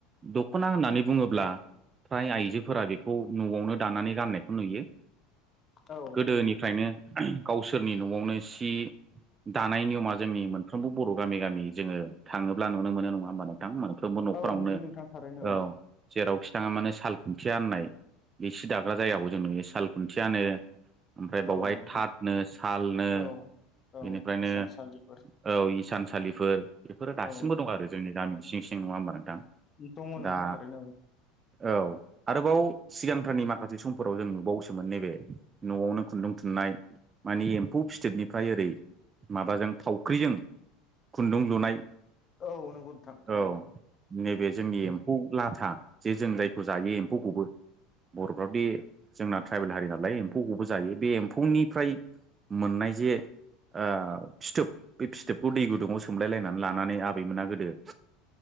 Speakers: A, on the right; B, on the left.
A: दख'ना होननानै बुङोब्ला फ्राय आइजोफोरा बेखौ न'आवनो दानानै गाननायखौ नुयो
B: औ
A: गोदोनिफ्रायनो
B: नंगौ नोंथां
A: गावसोरनि न'आवनो सि सि दानाय नियमा जोंनि मोनफ्रोमबो बर' गामि गामि जोङो थाङोब्ला नुनो मोनो नङा होमबा नो नोंथां मोनफ्रोमबो न'खरावनो
B: औ नुयो नोंथां थारैनो
A: औ जेराव बिथाङा माने साल खुन्थिया होननाय बे सि दाग्रा जायगायावखौ जों नुयो साल खुन्थियानो ओमफ्राय बावहाय
B: औ नोंथां
A: थाथनो सालनो
B: औ औ
A: बेनिफ्रायनो
B: इसानसालिफोर
A: औ इसानसालिफोर बेफोरो दासिमबो
B: औ
A: दं आरो जोंनि गामिनि सिं सिं नङा होमबा नोंथां
B: दङ
A: दा
B: नोंथां थारैनो औ
A: औ आरोबाव सिगांफ्रानि माखासे समफोराव जों नुबावोसोमोन नैबे न'आवनो खुन्दुं थुननाय माने एम्फौ फिथोबनिफ्राय ओरै माबाजों थावख्रिजों खुन्दुं लुनाय
B: औ औ नंगौ नोंथां थारैनो
A: औ नैबे जोंनि एमफौ लाथा जे जों जायखौ जायो एम्फौखौबो बर'फ्राव बे जोंना ट्राइबेल हारि नालाय एम्फौखौबो जायो बे एम्फौनिफ्राय मोननाय जे ओ फिथोब बे फिथोबखौ दै गुदुङाव सोमलायलायनानै लानानै आबैमोना गोदो